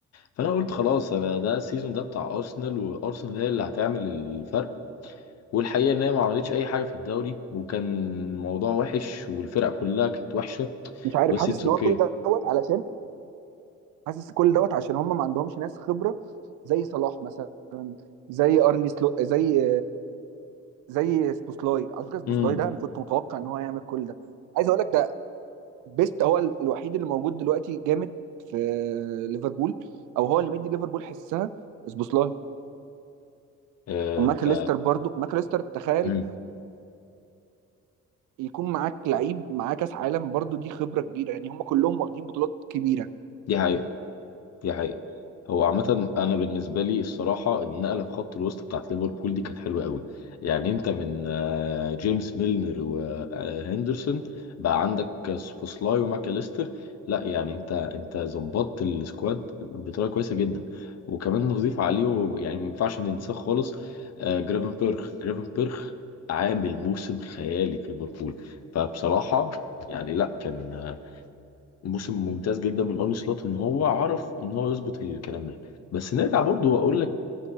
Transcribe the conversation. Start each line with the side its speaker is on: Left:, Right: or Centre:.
Left: فانا قلت خلاص انا ده السيزون ده بتاع ارسنال وارسنال هي اللي هتعمل الفرق والحقيقه ان هي ما عملتش اي حاجه في الدوري وكان الموضوع وحش والفرق كلها كانت وحشه
Right: مش عارف
Left: بس
Right: حاسس
Left: اتس
Right: ان
Left: اوكي
Right: هو كل دوت علشان حاسس كل دوت عشان هم ما عندهمش ناس خبره زي صلاح مثلا زي ارني سلوت زي زي سبوسلاي على فكره سبوسلاي
Left: امم
Right: ده انا كنت متوقع ان هو هيعمل كل ده عايز اقول لك ده بيست هو الوحيد اللي موجود دلوقتي جامد في ليفربول او هو اللي مدي ليفربول حسها سبوسلاي
Left: آه
Right: وماكاليستر
Left: انت
Right: برضو ماكاليستر تخيل
Left: امم
Right: يكون معاك لعيب معاه كاس عالم برضو دي خبره كبيره يعني هم كلهم واخدين بطولات كبيره
Left: دي حقيقة دي حقيقة هو عامة أنا بالنسبة لي الصراحة النقلة في خط الوسط بتاعت ليفربول دي كانت حلوة قوي يعني أنت من آه، جيمس ميلنر وهندرسون بقى عندك سوبوسلاي وماكاليستر لا يعني أنت أنت ظبطت السكواد بطريقة كويسة جدا وكمان نضيف عليه يعني ما ينفعش ننساه خالص آه، جرافن بيرخ جرافن بيرخ عامل موسم خيالي في ليفربول فبصراحة يعني لا كان موسم ممتاز جدا من ارني سلوت ان هو عرف ان هو يظبط الكلام ده بس نرجع برضو واقول لك